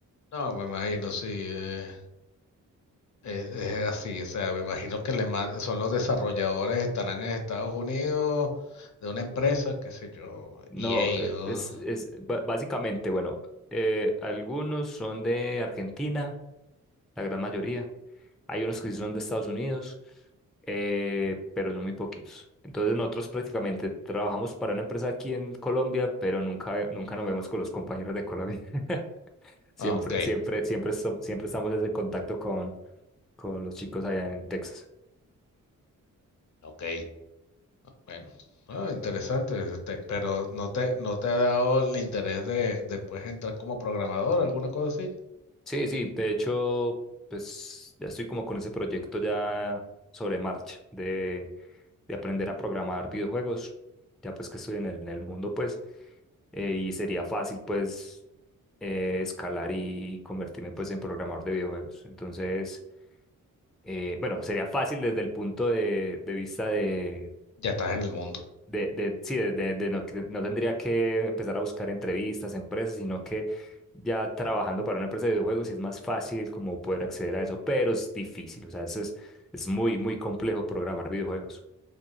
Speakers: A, on the left; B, in the centre.
A: No, me imagino, sí, eh, es, es así. O sea, me imagino que le man- son los desarrolladores, estarán en Estados Unidos, de una empresa, qué sé yo,
B: No,
A: EA.
B: eh,
A: o-
B: es, es ba- básicamente, bueno, eh, algunos son de Argentina, la gran mayoría. Hay unos que sí son de Estados Unidos, eh, pero son muy poquitos. Entonces nosotros prácticamente trabajamos para una empresa aquí en Colombia, pero nunca, nunca nos vemos con los compañeros de Colombia. <laughs> Siempre,
A: ah, ok,
B: siempre, siempre, so- siempre estamos en ese contacto con, con los chicos allá en Texas.
A: ok. Bueno, ah, interesante. este, pero no te, no te ha dado el interés de después entrar como programador, alguna cosa así.
B: Sí, sí, de hecho, pues ya estoy como con ese proyecto ya sobre marcha de, de aprender a programar videojuegos, ya pues que estoy en el, en el mundo, pues. eh, y sería fácil pues eh, escalar y convertirme pues en programador de videojuegos. Entonces, eh, bueno, sería fácil desde el punto de, de vista de,
A: Ya estás en el mundo.
B: de, de- sí, de, de- de no, que no tendría que empezar a buscar entrevistas, empresas, sino que ya trabajando para una empresa de videojuegos sí es más fácil como poder acceder a eso, pero es difícil, o sea, eso es, es muy, muy complejo programar videojuegos.